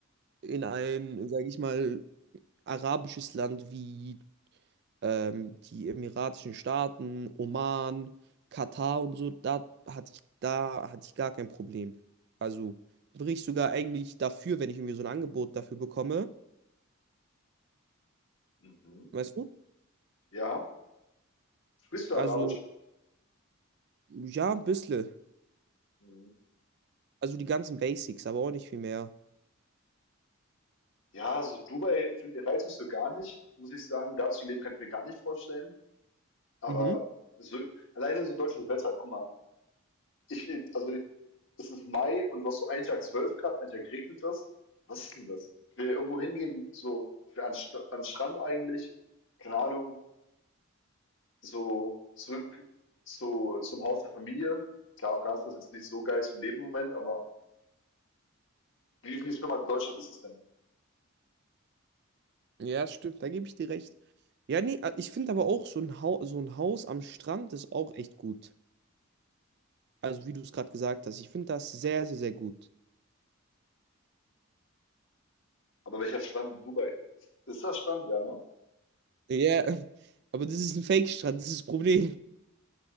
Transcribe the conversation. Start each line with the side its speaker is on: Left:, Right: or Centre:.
Right: in ein, sage ich mal, arabisches Land wie ähm, die Emiratischen Staaten, Oman, Katar und so, da hatte ich, da hatte ich gar kein Problem. Also wäre ich sogar eigentlich dafür, wenn ich irgendwie so ein Angebot dafür bekomme.
Left: mhm.
Right: Weißt du?
Left: Ja. Sprichst du
Right: Also,
Left: Arabisch?
Right: ja, ein bisschen.
Left: Mhm.
Right: Also die ganzen Basics, aber auch nicht viel mehr.
Left: Ja, so Dubai find reizt mich so gar nicht, muss ich sagen. Da zu leben, kann ich mir gar nicht vorstellen. Aber
Right: Mhm.
Left: so, alleine so deutsches Wetter, guck mal, ich, also es ist Mai und du hast so einen Tag 12 Grad, einen Tag regnet das. Was ist denn das? Ich will irgendwo hingehen, so für an, St- an den Strand eigentlich, keine Ahnung, so zurück zu, zum Haus der Familie. Klar, Afghanistan ist jetzt nicht so geil zum Leben im Moment, aber wie viel schlimmer als in Deutschland ist es denn?
Right: Ja, stimmt, da gebe ich dir recht. Ja, nee, äh, ich finde aber auch so ein Haus, so ein Haus am Strand ist auch echt gut. Also, wie du es gerade gesagt hast, ich finde das sehr, sehr, sehr gut.
Left: Aber welcher Strand in Dubai? Ist, ist das Strand, ja, ne?
Right: Ja, <laughs> aber das ist ein Fake-Strand, das ist das Problem.